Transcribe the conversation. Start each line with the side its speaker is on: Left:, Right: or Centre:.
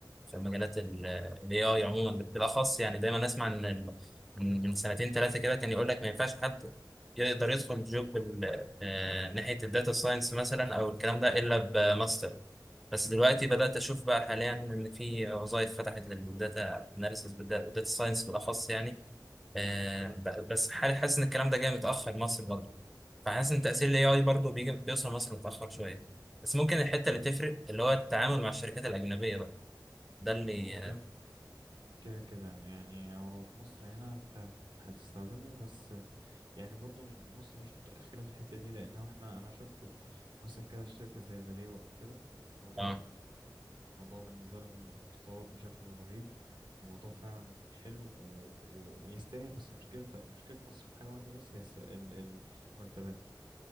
Centre: في مجالات ال ال AI عموما بالأخص يعني دايما أسمع إن ال- من من سنتين ثلاثة كده كان يقول لك ما ينفعش حد يقدر يدخل جوب ال- آه، ناحية الداتا ساينس مثلا أو الكلام ده إلا بماستر بس دلوقتي
Right: مم.
Centre: بدأت أشوف بقى حاليا إن في وظائف فتحت للداتا أناليسيس والداتا ساينس بالأخص يعني آه، ب- بس حالي حاسس إن الكلام ده جاي متأخر مصر برضه فحاسس ان تأثير الاي اي برضه بيجي بيوصل مصر متأخر شوية بس ممكن الحتة
Right: هو
Centre: اللي تفرق اللي هو التعامل مع الشركات الأجنبية بقى ده اللي
Right: هو
Centre: اه
Right: كده كده كده يعني هو في مصر هنا انت هتستخدمه بس يعني برضو مصر مش متأخرة في الحتة دي لأنه احنا أنا شفت مثلا كده شركة زي فاليو أو كده موضوع
Centre: اه
Right: موضوع بالنسبة لهم متطور بشكل رهيب وموضوع فعلا حلو و... و... ويستاهل بس مشكلة مشكلة مصر في حاجة واحدة بس هي الس- ال... المرتبات